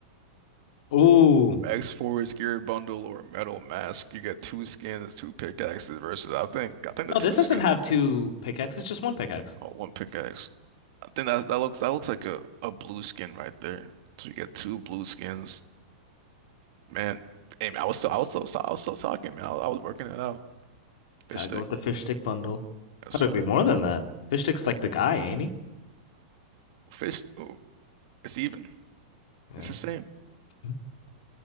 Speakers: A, on the left; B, on the right.
A: Ooh.
B: X4 is gear bundle or metal mask. You get two skins, two pickaxes versus I think I think
A: No,
B: the two
A: this doesn't
B: skin
A: have two pickaxes, just one pickaxe.
B: oh one pickaxe. I think that that looks that looks like a, a blue skin right there. So you get two blue skins. Man, hey man, I was still I was still I was still talking, man. I, I was working it out. Fish
A: Gotta
B: stick.
A: go with the fish stick bundle.
B: Yes,
A: Thought
B: sir.
A: it'd be more than that. Fish stick's like the guy, ain't he?
B: Fish oh, it's even.
A: Yeah.
B: It's the same.
A: <laughs>